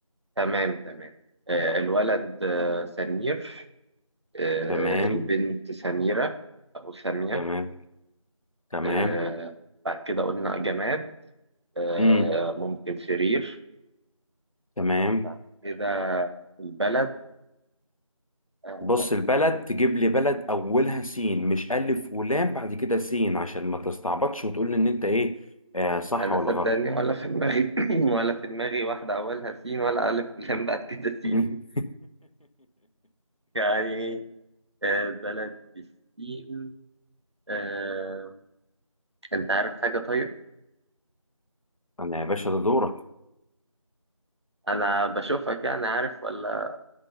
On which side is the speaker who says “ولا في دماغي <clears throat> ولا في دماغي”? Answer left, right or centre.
Right